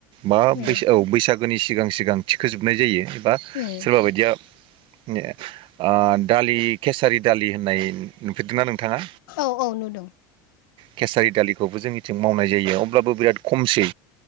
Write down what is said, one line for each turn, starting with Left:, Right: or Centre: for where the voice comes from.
Right: बा
Left: उम
Right: ब औ बैसागोनि सिगां - सिगां थिखोजोबनाय जायो बा
Left: उम
Right: सोरबा बायदिया दालि केसारि दालि होननाय नुफेरदों नना नोंथाङा
Left: औ - औ नुदों
Right: केसारि दालिखौबो जोंनिथिं मावनाय जायो अब्लाबो बिराद खमसै